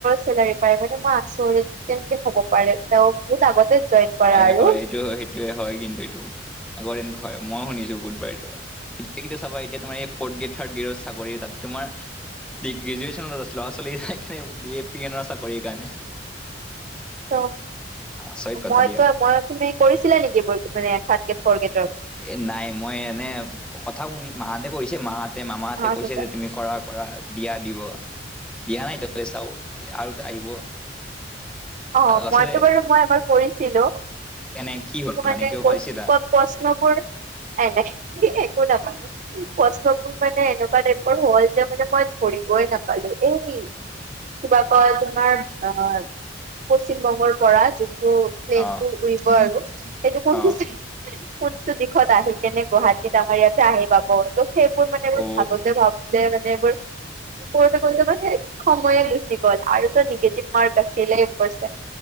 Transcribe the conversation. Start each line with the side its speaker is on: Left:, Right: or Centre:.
Right: চেলাৰি পাই মানে মই আচৰিত কেনেকে হ'ব পাৰে তেওঁ বহুত আগতে জইন কৰা
Centre: হয়
Right: আৰু
Centre: হয় এইটো সেইটোয়ে হয় কিন্তু এইটো আগৰ দিন হয় মই শুনিছো বু- এতিয়া চাবা এতিয়া তোমাৰ ফৰ্ট গেদ থাৰ্ট গেটৰ চাকৰি তাত তোমাৰ দিগ্ গ্ৰেজুৱেচন ল'ৰা ছোৱালী বি এ পি এ ন চাকৰিৰ কাৰণে
Right: ত
Centre: আচৰিত কথা
Right: মই
Centre: দিয়া
Right: তো মই তুমি কৰিছিলা নেকি ব মানে থাৰ্ড গ্ৰেড ফৰ গ্ৰেডৰ
Centre: এ নাই মই এনে কথা শুনি মা হঁতে কৈছে মাহ তে মামাহঁতে
Right: গেটৰ
Centre: কৈছে যে তুমি কৰা- কৰা দিয়া দিব দিয়া নাই <unintelligible> চাব এতিয়া আৰু এটা আহিব।
Right: অহ,
Centre: আচলতে
Right: মইতো বাৰু মই এবাৰ কৰিছিলো।
Centre: কেনে কি হ'ল
Right: মানে
Centre: মানে কিবা পাইছিলা
Right: <unintelligible> এ নাই একো নকয়। কষ্টবোৰ মানে এনেকুৱা টাইপৰ হল যে মানে মই ধৰিবই নাপালো এই কিবা কয় তোমাৰ অহ পশ্চিম বংগৰ পৰা যোন টো প্লেনটো
Centre: অ
Right: উৰিব আৰু এনে কোনটো
Centre: অ
Right: চাই কোনটো দিশত আহি কিনে গুৱাহাটীত আমাৰ ইয়াতে আহি পাব তো সেই মোৰ মানে এইবোৰ
Centre: অ
Right: ভাবোতে- ভাবোতে মানে এইবোৰ কৰোতে -কৰোতে মানে সময়ে গুচি গ'ল আৰুতো নিগেটিভ মাৰ্ক আছিলে ওপৰচে